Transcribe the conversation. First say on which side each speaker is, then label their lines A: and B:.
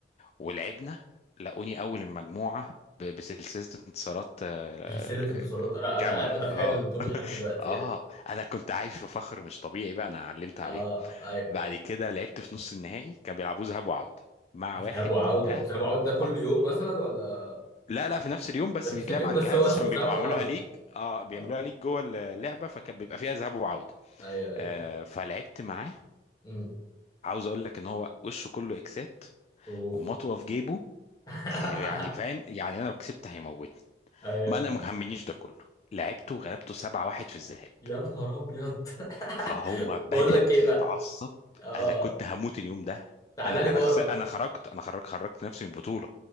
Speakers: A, on the left; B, on the left.
A: ولعبنا لقوني اول المجموعه ب- بسلسله انتصارات آه،
B: سلسلة انتصارات انا
A: آه، كامله
B: انا قاعد
A: اه
B: بتخيل البطولة لحد دلوقتي
A: اه
B: يعني
A: انا كنت عايش في فخر مش طبيعي بقى انا علمت
B: اه
A: عليهم
B: ايوه
A: بعد كده لعبت في نص النهائي كانوا بيلعبوه ذهاب وعودة مع
B: ذهاب
A: واحد
B: وعودة
A: ده
B: ذهاب وعودة ده كل
A: آه،
B: يوم مثلا ولا
A: لا لا في نفس اليوم
B: <laughs>
A: بس
B: بس
A: بيتلعب
B: اليوم
A: على
B: بس
A: الجهاز
B: هو اسمه
A: عشان
B: ذهاب
A: بيبقوا
B: وعودة
A: عاملوها ليج اه بيعملوها
B: اه
A: ليج جوه اللعبة فكان بيبقى فيها ذهاب وعودة
B: ايوه ايوه
A: آه فلعبت معاه
B: امم
A: عاوز اقول لك ان هو وشه كله اكسات
B: اوف
A: ومطوه في جيبه
B: <laughs>
A: آه، يعني فاهم يعني انا لو كسبت هيموتني
B: ايوه
A: ما
B: ايوه
A: انا ما همنيش ده كله لعبته وغلبته 7-1 في الذهاب
B: يا نهار ابيض
A: فهو
B: <laughs>
A: بدأ
B: بقول لك ايه بقى
A: يتعصب
B: اه
A: انا كنت
B: آه.
A: هموت اليوم ده
B: تعالى
A: انا
B: لي بره
A: انا خسر
B: بقى
A: انا خرجت انا خرجت خرجت نفسي من البطوله